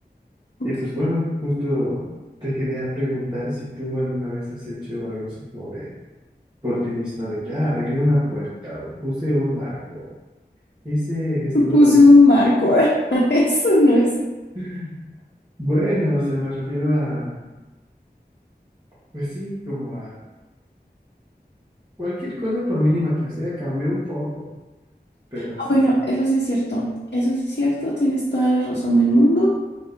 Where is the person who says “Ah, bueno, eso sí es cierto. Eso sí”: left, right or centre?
Left